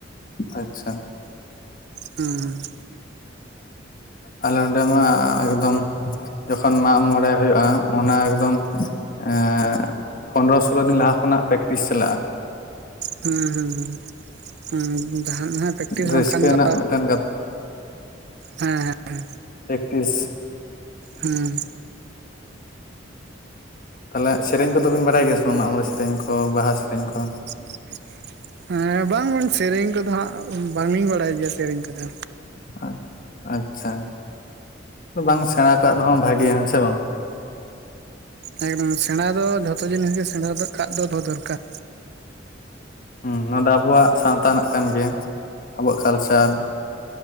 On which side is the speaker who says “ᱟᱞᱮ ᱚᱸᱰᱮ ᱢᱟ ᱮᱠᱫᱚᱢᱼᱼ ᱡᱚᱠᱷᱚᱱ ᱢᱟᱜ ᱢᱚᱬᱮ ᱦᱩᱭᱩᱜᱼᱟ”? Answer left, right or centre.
Left